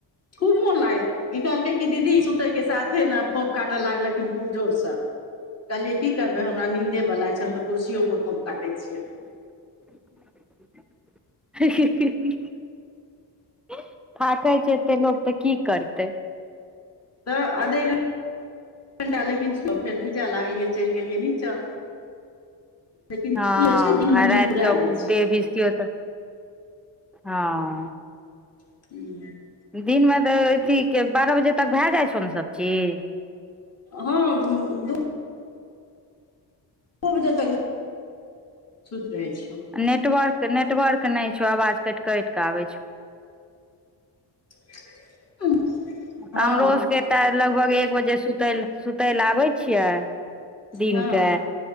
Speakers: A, on the left; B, in the centre.
A: खूब मन <unintelligible> ई कहलकै क दीदी सुतय के साथे ने फोप काटे लागलखिन खूब जोर स कहलियै की करबै हमरा नींन्देवला छै हम तऽ कुर्सियोपर फोफ काटैत छियै
B: <inaudible> ही ही ही ही <unintelligible> छै एते लोक तऽ की करतै
A: तऽ आधे घंटा लेकिन सब फेर भीजा लागलियै चैल गेलियै नीचाँ लेकिन
B: हँ
A: की
B: आ
A: होइ छै दिनमे नींद
B: रातिकऽ
A: पुरा लै
B: ओ देह <unintelligible> तऽ हँ
A: <inaudible>
B: दिनमे तऽ अथीके बारह बजे तक भए जाइ छौ ने सभचीज
A: हँ दु बजे तक सुत रहे छिय
B: नेटवर्क नेटवर्क नै छौ आवाज काटि काटि कऽ आबै छौ
A: <unintelligible> हँ
B: हमरो सभके तऽ लगभग एक बजे सुतय ल सुतय लेलए आबै छियै दिनके
A: हँ